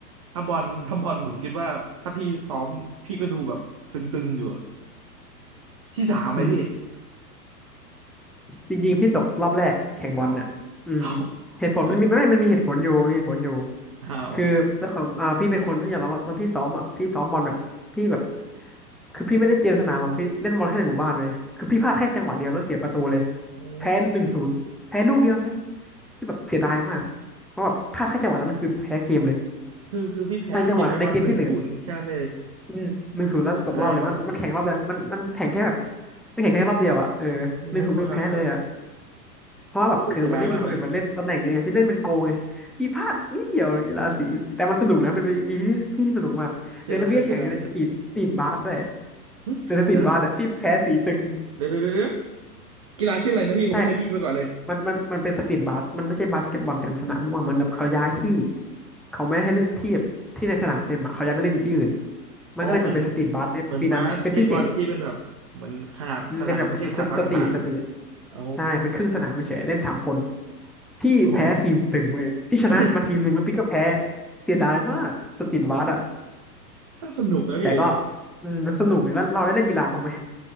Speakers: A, on the right; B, in the centre.
A: ถ้าบอลถ้าบอลผมคิดว่าถ้าพี่ซ้อมพี่ก็ดูแบบตึงๆอยู่อะที่สามไหมพี่
B: อืมจริงๆพี่ตกรอบแรกแข่งบอลเนี่ยอืม
A: อ้าวอ้าว
B: เหตุผลมันมีไม่ไม่มันมีเหตุผลอยู่มีเหตุผลอยู่
A: อ้าว
B: คือด้วยความอ่าพี่เป็นคนที่อยากรับว่าตอนพี่ซ้อมอ่ะพี่ซ้อมบอลแบบพี่แบบคือพี่ไม่ได้เจนสนามอ่ะพี่เล่นบอลแค่ในหมู่บ้านเลยคือพี่พลาดแค่จังหวะเดียวแล้วเสียประตูเลย
A: โอ้
B: แพ้หนึ่งศูนย์แพ้ลูกเดียวเลยคือแบบเสียดายมากเพราะแบบพลาดแค่จังหวะนั้นนะคือแพ้เกมเลย
A: คือคือพี่แพ้พี่แพ้บอลหนึ่งศูนย์แค่นั้นเลย
B: ในจังหวะในเกมที่เหลืออืมหนึ่งศูนย์แล้วตกรอบเลยมันมันแข่งรอบเดียวมันมันแข่งแค่แบบ
A: โอ้ยเสียดายมาก
B: มันแข่งแค่รอบเดียวอ่ะเออหนึ่งศูนย์คือแพ้เลยอ่ะ
A: โอ้ครับครับ
B: เพราะว่าแบบคือมันไม่มีคนอื่นมาเล่นตำแหน่งนี้ไงพี่เล่นเป็นโกงไงพี่พลาดนิดเดียวกีฬาสีแต่มันสนุกนะเป็นวีที่พี่ที่สนุกมากเออแล้วพี่ก็แข่งอยู่ในสตรีทสตรีทบาสด้วย
A: โอ้ยเสียดายมากเลยเสียดายเสียดาย หึเดี๋ยวนะ
B: แต่สตรีทบาสอ่ะพี่แพ้สีตึง
A: เดี๋ยวเดี๋ยวเดี๋ยวเดี๋ยวกีฬาชื่ออะไรนะพี่ผมไม่เคยได้ยินมาก่อนเลย
B: ใช่มันมันมันเป็นสตรีทบาสมันไม่ใช่บาสเกตบอลเต็มสนามมันเหมือนแบบเขาย้ายที่เขาไม่ให้เล่นที่ที่ในสนามเต็มอ่ะเขาย้ายไปเล่นอีกที่อื่นมันก็เลยเป็นเป็นสตรีทบาสในปีนั้นเป็นพิเศษ
A: อ๋อเหมือนเหมือนบาสเกตบอลที่เป็นแบบเหมือนขนาดสนามไม่ใช่ขนาดมาตรฐาน
B: อืมเป็นแบบสสตรีทสตรีท
A: โอ้
B: ใช่เป็นครึ่งสนามเฉยๆเล่นสามคนพี่แพ้ทีมตึงเลยพี่ชนะมาทีมหนึ่งแล้วพี่ก็แพ้
A: อ๋อเฮ้ย
B: เสียดายมากสตรีทวาดอะ
A: โอ้โหน่าสนุกนะพี่่
B: แต่ก็อืมสนุกเลยแล้วเราได้เล่นกีฬาบ้างไหม